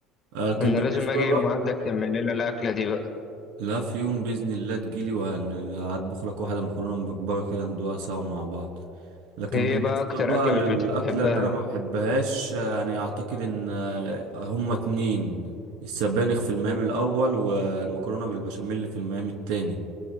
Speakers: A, on the right (about 85°); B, on the left (about 30°).
A: آه، لكن
B: انا
A: بالنسبه
B: لازم اجي
A: بقى
B: يوم عندك تعمل لنا الاكله دي بقى
A: لا في يوم باذن الله تجيلي وهطبخ لك واحده مكرونه مبكبكه كده ندوقها سوا مع بعض لكن
B: ايه
A: بالنسبه
B: بقى اكتر
A: بقى
B: اكله
A: للاكله
B: مش بتحبها
A: اللي انا ما بحبهاش آه، يعني اعتقد ان آه، هما اتنين السبانخ في المقام الاول والمكرونه بالبشاميل في المقام التاني